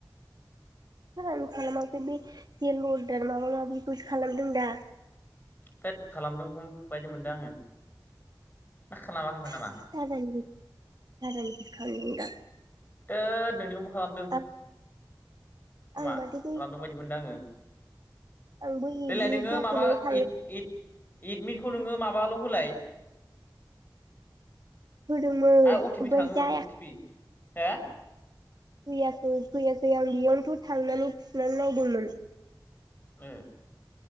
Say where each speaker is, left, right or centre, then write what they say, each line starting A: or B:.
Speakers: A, on the right (about 55°); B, on the left (about 25°).
A: होथ आं खालामाखै बे जेल अरदार माबा माबिखौसो खालामदों दा
B: थोद खालामदोंमोन बायदि मोनदों आंङो ना खालामाखैमोन
A: <unintelligible>
B: नामा
A: <unintelligible>
B: <unintelligible> खालामदों
A: आं
B: खोमा
A: आं माथो बै
B: खालामदों बायदि मोनदों आंङो
A: आंबो एडमिट
B: देलाय नोंङो
A: बख'नायाव
B: माबा
A: थांनो
B: इद-इद इदमिटखौ नोंङो माबाल' होलाय
A: होदोंमोन
B: आरो अटिपि
A: ओमफाय
B: थाङोमोन
A: जाया
B: अटिपि हो
A: फैयाखै-फैयाखै आं बेयावनोथ' थांनानै थुनानै नायदोंमोन
B: ए